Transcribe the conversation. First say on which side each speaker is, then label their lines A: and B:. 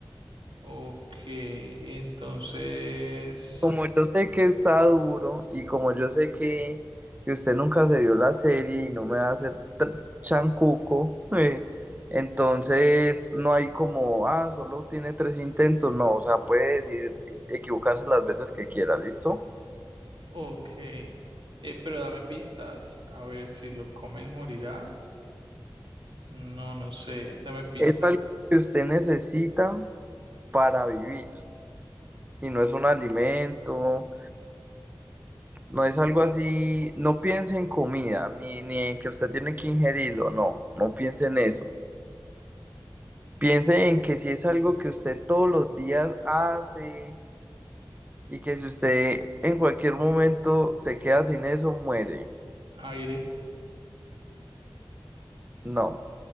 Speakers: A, on the right; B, on the right.
A: Ok, entonces,
B: Como yo sé que está duro y como yo sé que, que usted nunca se vio la serie y no me va a hacer tan chancuco, <laughs> eh, entonces no hay como, ah, solo tiene tres intentos, no, o sea, puede decir, equivocarse las veces que quiera, ¿listo?
A: ok. Eh, pero dame pistas. A ver, si lo comes morirás. No, no sé. Dame pistas.
B: Es algo que usted necesita para vivir y no es un alimento, no es algo así, no piense en comida, ni, ni en que usted tiene que ingerirlo, no, no piense en eso. Piense en que si es algo que usted todos los días hace y que si usted en cualquier momento se queda sin eso, muere.
A: Aire.
B: No,